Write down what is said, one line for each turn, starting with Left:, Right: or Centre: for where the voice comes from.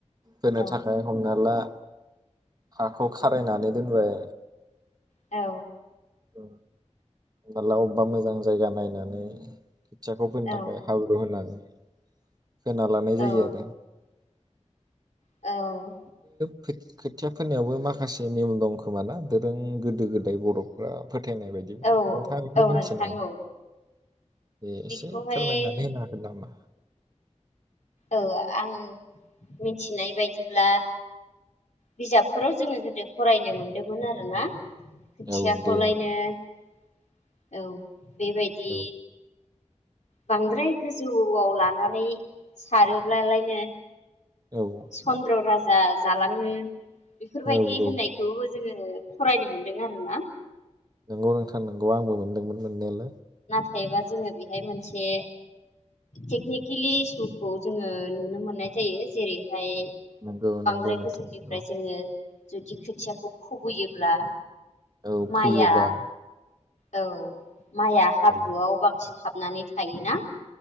Right: फोनो
Left: औ
Right: थाखाय हमना ला हाखौ खारायनानै दोनबाय।
Left: औ
Right: ओ फाला अबेबा मोजां जायगा नायनानै खोथियाखौ फोनो
Left: औ
Right: थाखाय हाब्रु होनानै खोना लानाय जायो
Left: औ
Right: आरो।
Left: औ
Right: खोथ-खोथिया फोरनायावबो माखासे नियम दं खोमाना? दोरों गोदो गोदाय बर'फ्रा फोथायनाय बायदि नोंथाङा
Left: औ
Right: बेखौ
Left: औ
Right: मिथियो
Left: नोंथां
Right: नामा
Left: औ
Right: बेे
Left: बेखौहाय
Right: एसे फोरमायनानै होनो हागोन नामा?
Left: औ आं मिथिनाय बायदिब्ला बिजाबफोराव जोङो गोदो फरायनो मोनदोंमोन आरोना खोथियाखौलायनो
Right: औ दे
Left: औ बेबायदि
Right: औ
Left: बांद्राय गोजौआव लानानै सारोब्लालायनो
Right: औ
Left: चन्द्र'रा जा जालाङो बेफोरबायदि
Right: औ
Left: होननायखौबो
Right: औ
Left: जोङो फरायनो मोनदों आरो ना
Right: नंगौ नोंथां नंगौ आंबो मोन दोंमोन मोननायालाय
Left: थायबा जोङो बेहाय मोनसे टेक्निखिलि इसुखौ जोङो नुनो मोननाय जायो जेरैहाय
Right: नंगौ
Left: बांद्राय
Right: नंगौ नोंथां
Left: गोजौनिफ्राय
Right: नंगौ
Left: जोङो जुदि खोथियाखौ खुबैयोब्ला
Right: औ
Left: माइआ
Right: फैयोबा
Left: औ माइया हाब्रुआव
Right: औ
Left: बांसिन हाब नानै थाय ना